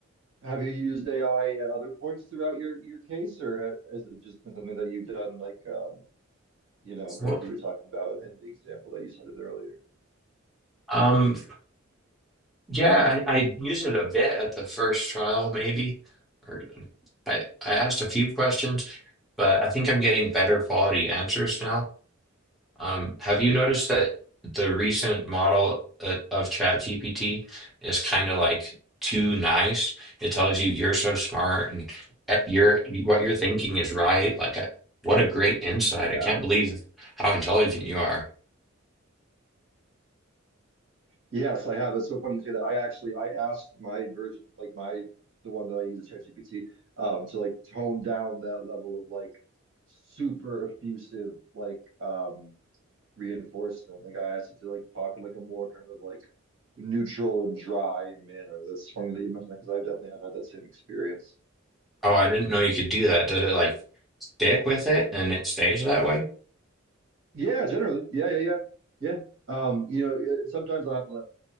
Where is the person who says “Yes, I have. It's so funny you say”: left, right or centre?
Right